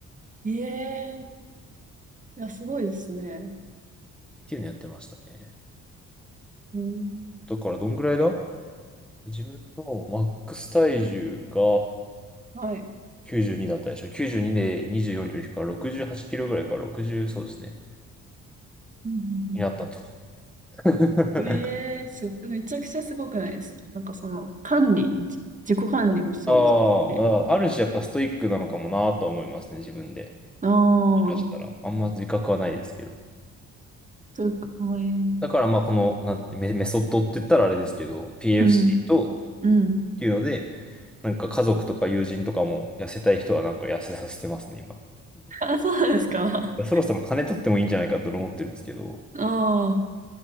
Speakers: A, on the right; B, in the centre.
A: い。いえー。いや、すごいですね。
B: ていうのやってましたね。
A: うん。
B: だからどんぐらいだ自分のマックス体重が
A: はい。
B: 92だったでしょ。92で24キロ引くから68キロぐらいか、60、そうですね。
A: うん。
B: になったと。<laughs>
A: ええす、めちゃくちゃすごくないですかなんかその、管理、じ自己管理もそうですし。
B: ああ、まあある種やっぱストイックなのかもなとは思いますね、自分で。
A: ああー、
B: もしかしたら。あんま自覚はないですけど。
A: というか、ええ
B: だからまあこの、なんて、メ、メソッドって言ったらあれですけど、PFC
A: うん、
B: と、
A: うん。
B: っていうので、なんか家族とか友人とかも痩せたい人はなんか痩せさせてますね、今。
A: <laughs> あ、そうなんですか
B: そろそろ金取ってもいいんじゃないかと思ってるんですけど、
A: ああ、